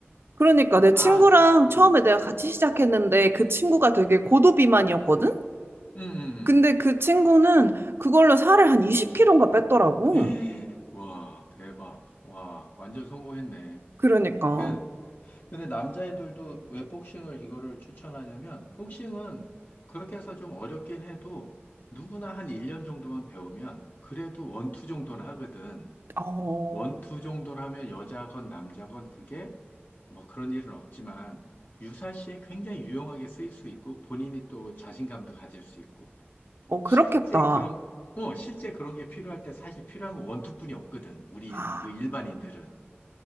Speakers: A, on the right; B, on the left.
A: 그러니까 내 친구랑
B: 아,
A: 처음에
B: 음,
A: 내가 같이 시작했는데 그 친구가 되게 고도비만이었거든?
B: 음, 음. 음.
A: 근데 그 친구는 그걸로 살을 한 20kg인가 뺐더라고.
B: <gasps> 예, 와, 대박. 와, 완전 성공했네.
A: 그러니까,
B: 그 근데 남자애들도 왜 복싱을 이거를 추천하냐면, 복싱은 그렇게 해서 좀 어렵긴 해도 누구나 한 1년 정도만 배우면 그래도 원투 정도는 하거든.
A: 어,
B: 원투 정도라면 여자건 남자건 그게 뭐 그런 일은 없지만 유사시에 굉장히 유용하게 쓰일 수 있고 본인이 또 자신감도 가질 수 있고
A: 어, 그렇겠다.
B: 실제 그런, 어, 실제 그런 게 필요할 때 사실 필요한 건 원투뿐이 없거든. 우리
A: 아,
B: 그 일반인들은.